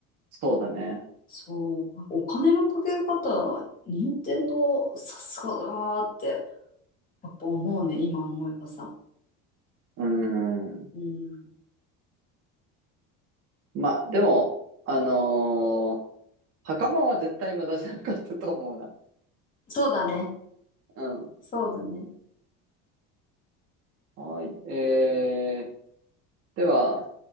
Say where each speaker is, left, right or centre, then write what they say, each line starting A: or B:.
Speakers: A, on the right; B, on the left.
A: そうだね。
B: そう、なんかお金のかけ方、任天堂さすがだなーって、やっぱ思うね、今思えばさ。
A: うん。
B: うん。
A: まあ、でも、あのー袴は絶対無駄じゃなかったと思うな。
B: そうだね。
A: うん。
B: そうだね。
A: はい。えー、では、